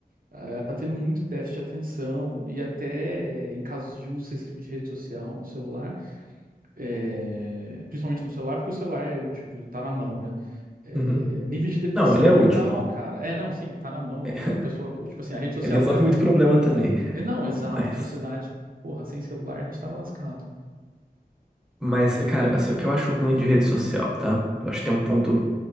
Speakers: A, on the right (about 60°); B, in the centre.
A: Ela tá tendo muito déficit de atenção e até em casos de uso excessivo de rede social no celular, é, principalmente no celular, porque o celular é útil, de- tá na mão, né? É,
B: uhum.
A: níveis de depressão
B: Não, ele é útil,
A: e tal,
B: pô.
A: cara. É, não, sim, tá na mão.
B: É, <laughs>
A: E a pessoa, tipo assim, a rede social
B: ele resolve
A: tá ali.
B: muito problema também.
A: É, não, exato,
B: Mas,
A: a sociedade, porra, sem celular a gente tava lascado.
B: mas, cara, assim, o que eu acho ruim de rede social, tá? Eu acho que tem um ponto